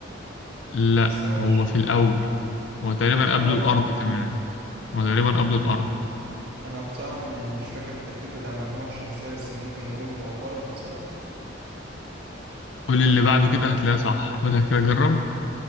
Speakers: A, on the left; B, on the right.
A: لا
B: بس أنا
A: هو
B: مش
A: في الاول هو تقريبا
B: في الأول
A: قبل الارض كمان وتقريبا قبل الأرض
B: أنا بصراحة م- مش فاكر الترتيب بتاع المجموعة الشمسية بس ممكن نقول عطارد مثلا
A: قول لي اللي بعده كده هتلاقيه صح أقولها كده جرب